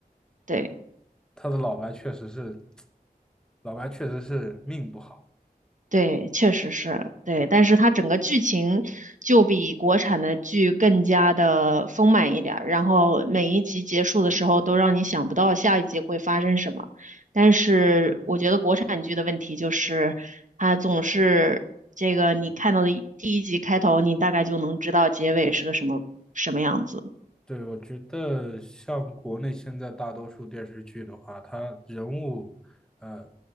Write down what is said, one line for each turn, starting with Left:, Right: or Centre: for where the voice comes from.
Right: 对。
Centre: 他的老白确实是 <tsk> 老白确实是命不好。
Right: 对，确实是，对，但是它整个剧情就比国产的剧更加的丰满一点儿，然后每一集结束的时候都让你想不到下一集会发生什么。但是我觉得国产剧的问题就是，它总是这个你看到的一第一集开头，你大概就能知道结尾是个什么什么样子。
Centre: 对，我觉得像国内现在大多数电视剧的话，它人物，呃，